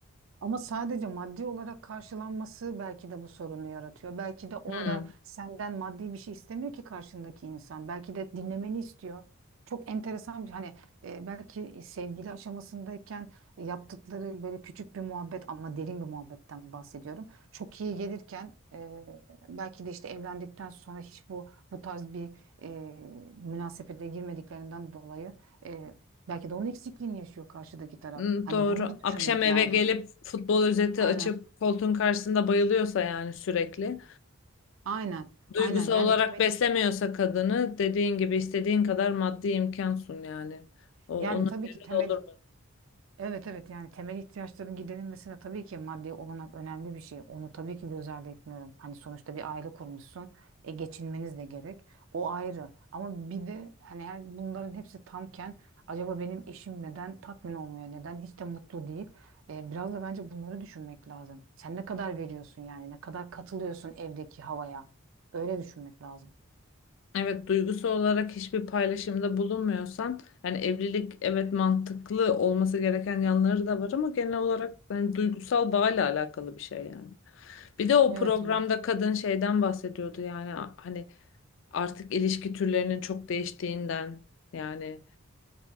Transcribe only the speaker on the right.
Ama sadece maddi olarak karşılanması belki de bu sorunu yaratıyor. Belki de orada
senden maddi bir şey istemiyor ki karşındaki insan. Belki de dinlemeni istiyor. Çok enteresan bir hani e, belki sevgili aşamasındayken yaptıkları böyle küçük bir muhabbet ama derin bir muhabbetten bahsediyorum. Çok iyi gelirken e, belki de işte evlendikten sonra hiç bu bu tarz bir e, münasebete girmediklerinden dolayı e, belki de onun eksikliğini yaşıyor karşıdaki taraf.
Hani
bunu da düşünmek
lazım.
Aynen.
Aynen.
Aynen. Yani
temel
yani
tabii
ki temel
evet evet yani temel ihtiyaçların giderilmesine tabii ki maddi olanak önemli bir şey. Onu tabii ki göz ardı etmiyorum. Hani sonuçta bir aile kurmuşsun. E geçinmeniz de gerek. O ayrı. Ama bir de hani her bunların hepsi tamken acaba benim eşim neden tatmin olmuyor? Neden hiç de mutlu değil? E, biraz da bence bunları düşünmek lazım. Sen ne kadar veriyorsun yani? Ne kadar katılıyorsun evdeki havaya? Öyle düşünmek lazım.
Evet.